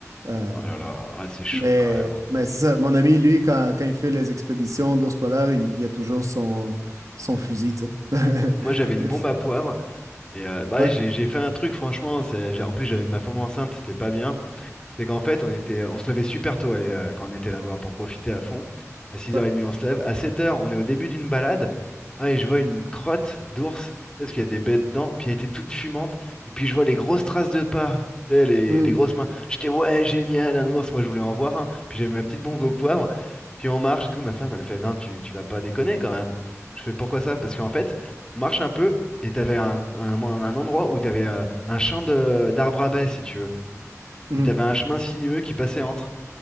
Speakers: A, on the right; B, on the left.
A: Euh,
B: Oh là là, ouais, c'est chaud
A: mais
B: quand même. hein.
A: mais c'est ça. Mon ami, lui, quand, quand il fait les expéditions d'ours polaires, il, il a toujours son, son fusil, tu sais. <laughs>
B: Moi j'avais une
A: Il a-
B: bombe à poivre et euh, bah,
A: Ouais.
B: j'ai j'ai fait un truc franchement, c'est- j'ai- en plus j'avais ma femme enceinte, c'était pas bien. C'est qu'en fait, on était, on se levait super tôt allez, euh, quand on était là-bas pour profiter à fond. À 6h30,
A: ouais.
B: on se lève. À sept heures on est au début d'une balade. Ah, et je vois une crotte d'ours. Tu sais, Parce qu'il y a des bêtes dedans. Puis elle était toute fumante. Et puis je vois les grosses traces de pas. Tu sais, les,
A: Mm,
B: les grosses mains. J'étais, ouais, génial, un ours. Moi, je voulais en voir un. Puis j'avais ma petite bombe au poivre. Puis on marche et tout. Ma femme, elle fait, non, tu, tu vas pas déconner quand même. Je fais, pourquoi ça? Parce qu'en fait, on marche un peu. Et t'avais un, un, un endroit où t'avais euh, un champ de- d'arbres à baies, si tu veux.
A: mm.
B: Et t'avais un chemin sinueux qui passait entre.